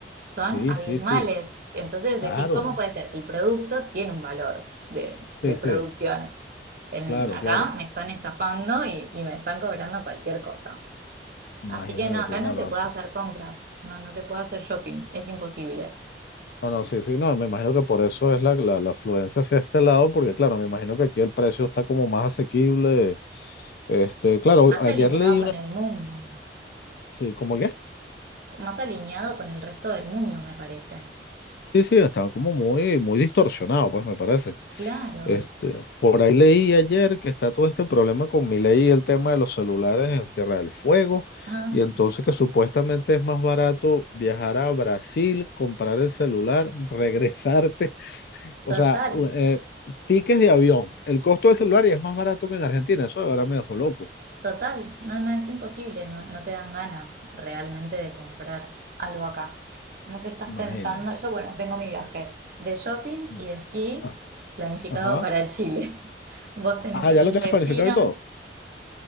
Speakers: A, on the right (about 55°); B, on the left (about 60°).
A: son
B: Sí,
A: abismales.
B: sí, sí,
A: Entonces
B: claro.
A: decís, ¿cómo puede ser? El producto tiene un valor de, de
B: Sí,
A: producción.
B: sí.
A: En-
B: Claro,
A: acá
B: claro.
A: me están estafando y, y me están cobrando cualquier cosa.
B: Imagínate
A: Así que no, acá
B: tú, no,
A: no se
B: no,
A: puede
B: sí.
A: hacer compras, no, no se puede hacer shopping, es imposible.
B: No, no, sí, sí, no, me imagino que por eso es la, la, la afluencia hacia este lado, porque claro, me imagino que aquí el precio está como más asequible. Este, claro,
A: Más
B: ayer
A: alineado
B: leí
A: con
B: una,
A: el mundo,
B: sí, como que,
A: más alineado con el resto del mundo, me parece.
B: sí, sí, estaba como muy, muy distorsionado, pues me parece.
A: Claro.
B: Este, por ahí leí ayer que está todo este problema con mi ley y el tema de los celulares en Tierra del Fuego,
A: Ah,
B: y entonces
A: sí,
B: que supuestamente es más barato viajar a Brasil, comprar el celular, <laughs> regresarte O
A: total.
B: sea, u- eh, tickets de avión. El costo del celular y es más barato que en Argentina. Eso de verdad me dejó loco.
A: Total, no, no, es imposible, no, no te dan ganas realmente de comprar algo acá. No sé, estás
B: Imagínate.
A: pensando, yo bueno, tengo mi viaje de shopping
B: Ya.
A: y de esquí
B: Ah,
A: planificado
B: Ajá.
A: para Chile. <laughs> ¿Vos tenés
B: Ah,
A: algún
B: ya lo tienes
A: destino?
B: planificado y todo.